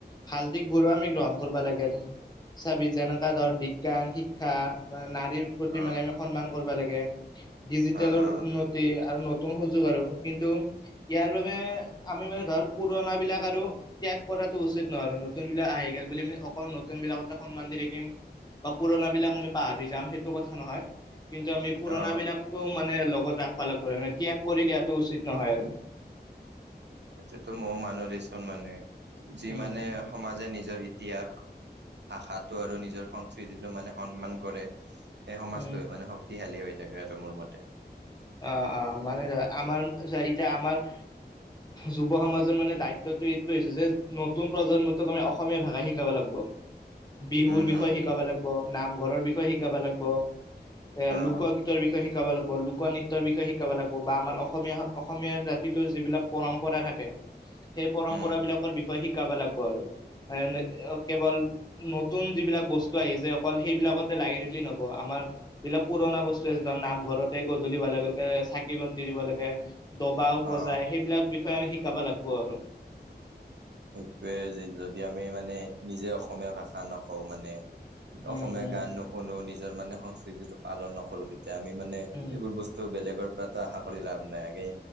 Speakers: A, on the left; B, on the right.
A: ভাল দিশবোৰো আমি গ্ৰহণ কৰিব লাগে। চাবি জনক আদৰ বিজ্ঞান, শিক্ষা না প্ৰতি
B: অ
A: মানে আমি সন্মান কৰিব লাগে, ডিজিটেলৰ
B: অ অ
A: উন্নতি আৰু নতুন সুযোগ আৰু। কিন্তু ইয়াৰ বাবে আমি মানে ধৰ পুৰণাবিলাক আৰু ত্যাগ কৰাটো উচিত নহয়, নতুন বিলাক আহে। বুলি আমি অকল নতুন বিলাকতে সন্মান দি থাকিম। বা পুৰণ বিলাক আমি পাহৰি যাম সেইটো কথা নহয় কিন্তু আমি পুৰণা
B: অ
A: বিলাকো মানে লগত ৰাখবা লগবো, ত্যাগ কৰি দিয়াটো উচিত নহয় আৰু।
B: এতিয়াটো মৌ মানুহ দেচোন মানে, যি
A: উম
B: মানে সমাজে নিজৰ ইতিহাস ভাষাটো আৰু নিজৰ সংস্কৃতিটো মানে সন্মান কৰে, সেই সমাজটোৱে
A: উম
B: মানে শক্তিশালী হৈ থাকে আৰু মোৰ মতে।
A: অ অ মানে আমাৰ চ এতিয়া আমাৰ। যুৱ সমাজৰ মানে দায়িত্বটো এইটো হৈছে যে, নতুন প্ৰজন্মটোক আমি অসমীয়া ভাষা শিকাব লাগিব।
B: <inaudible>
A: বিহুৰ বিষয়ে
B: উম
A: শিকাব লাগিব, নামঘৰৰ বিষয়ে শিকাব লাগিব। এ
B: আহ
A: লোকগীতৰ বিষয়ে শিকাব লাগিব, লোকনৃ বিষয়ে শিকাব লাগিব, বা আমাৰ অসমীয়া অসমীয়া জাতিটোৰ যিবিলাক পৰম্পৰা থাকে সেই পৰম্পৰা
B: উম
A: বিলাকৰ বিষয়ে শিকাব লাগিব আৰু এ কেৱল নতুন যিবিলাক বস্তু আহিছে অকল সেইবিলাকতে লাগি থাকিলে নব, আমাৰ যিবিলাক পুৰণা বস্তু এজন, নামঘৰতে গধূলি হোৱা লগে-লগে চাকি-বন্তি দিব লাগে। দবাও বজাই,
B: আহ
A: সেইবিলাক বিষয়ে আমি শিকাব লাগিব আৰু।
B: সেইটোৱেই, যদি আমি মানে নিজে অসমীয়া ভাষা নকওঁ মানে অসমীয়া
A: উম উম
B: গান নুশুনো, নিজৰ মানে সংস্কৃতিটো পালন নকৰো এতিয়া আমি মানে,
A: উম
B: এইবোৰ বস্তু বেলেগৰ পৰাতো আশা কৰি লাভ নাই, আগে